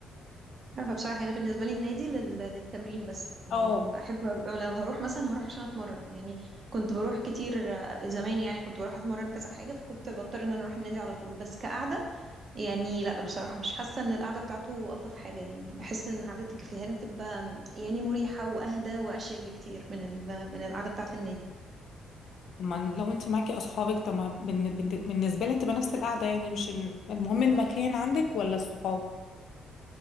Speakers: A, on the right; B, on the left.
A: عارفه بصراحه يعني انا بالنسبه لي النادي لل... للتمرين بس يعني
B: اه
A: بحب أر- لو هروح مثلا هروح عشان اتمرن يعني كنت بروح كتير آه، زمان يعني كنت بروح اتمرن كذا حاجه فكنت بضطر ان انا اروح النادي على طول بس كقعده يعني لا بصراحة مش حاسة ان القعدة بتاعته ألطف حاجة يعني بحس ان قعدة الكافيهات بتبقى يعني مريحة وأهدى وأشيك بكتير من ال- من القعدة بتاعة النادي
B: طب ما لو انت معاكي اصحابك طب ما بالن- بالن- بالنسبة لها تبقى نفس القعدة يعني مش ال- المهم المكان عندك ولا الصحاب